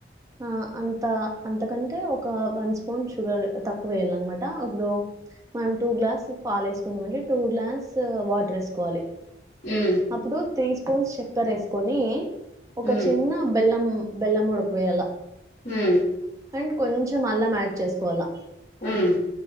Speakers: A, on the right; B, on the left.
A: ఆ అంత అంతకంటే ఒక వన్ స్పూన్ షుగర్ తక్కువ వేయాలనమాట, అప్పుడు మనం టూ గ్లాస్ పాలు వేసుకున్నామంటే టూ గ్లాస్ వాటర్ వేసుకోవాలి.
B: ఉమ్,
A: అప్పుడు త్రీ స్పూన్స్ చక్కర వేసుకొని ఒక
B: ఉమ్,
A: చిన్న బెల్లం బెలం ముడకువే అల
B: హ
A: అండ్ కొంచెం అల్లం యాడ్ చేసుకోవాల
B: ఉమ్